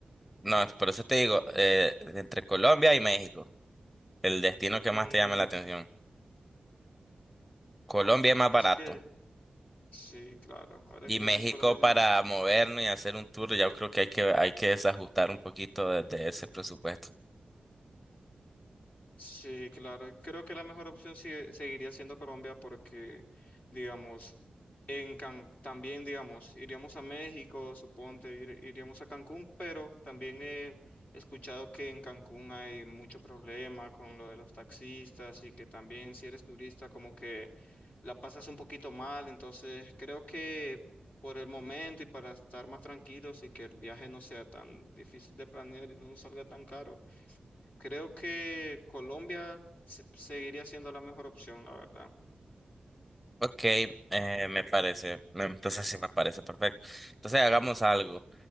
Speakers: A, in the centre; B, on the left.
A: No, es por eso te digo, eh, entre Colombia y México, el destino que
B: Mm,
A: más te llama la atención. Colombia
B: bueno,
A: es más
B: es
A: barato.
B: que sí, claro. Ahora
A: Y
B: que le
A: México
B: dices Colombia,
A: para movernos y hacer un tour, ya creo que hay que, hay que desajustar un poquito de, de ese presupuesto.
B: Sí, claro. Creo que la mejor opción sigue- seguiría siendo Colombia porque, digamos, en Can- también, digamos, iríamos a México, suponte, ir- iríamos a Cancún, pero también he escuchado que en Cancún hay mucho problema con lo de los taxistas y que también si eres turista como que la pasas un poquito mal. Entonces, creo que por el momento y para estar más tranquilos y que el viaje no sea tan difícil de planear y no nos salga tan caro. Creo que Colombia se- seguiría siendo la mejor opción, la verdad.
A: Ok, eh, me parece, me- entonces sí me parece perfecto. Entonces hagamos algo.